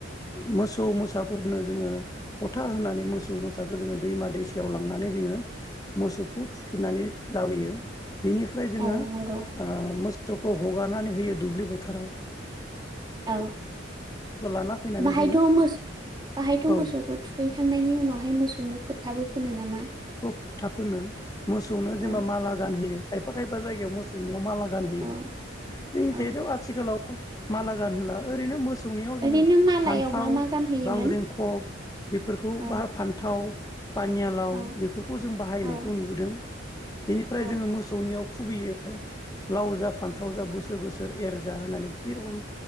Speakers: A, on the left; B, on the right.
A: मोसौ मोसाफोरनो जोङो फथा होनानै मोसौ मोसाखौ जोङो दैमा दैसायाव लांनानै जोङो मोसौखौ थुखिनानै लाबोयो। बेनिफ्राय जोङो
B: औ नंगौ
A: ओ <unintelligible> हगारनानै होयो दुब्लि फोथाराव।
B: औ
A: लाना फैनानै
B: बाहायथ'
A: जोङो
B: बाहायथ'
A: औ
B: मोसौखौ थुखैखांनायनि उनावहाय मोसौनो फोथाबो फोनो नामा?
A: फोथा फोनो मोसौनो जेनेबा
B: औ
A: माला गानहैयो खायफा खायफा जायगायाव मोसौनियाव माला गान होयो
B: औ
A: जोंनि
B: औ
A: थायोथ' आथिखालाव माला गान होला ओरै मोस सौनियाव जोङो
B: ओरैनो मालायाव
A: फान्थाव
B: मा मा गानहोयोमोन
A: बांग्रिंखब बेफोरखौ
B: औ
A: बाहाय फान्थाव पानियालाव
B: औ
A: बेफोरखौ जों बाहायनायखौ
B: औ
A: नुबोदों। बेनिफ्राय
B: औ
A: जोङो मोसौनियाव खुबैयो लाव जा फान्थाव जा बोसोर बोसोर एर जा होननानै जेरखम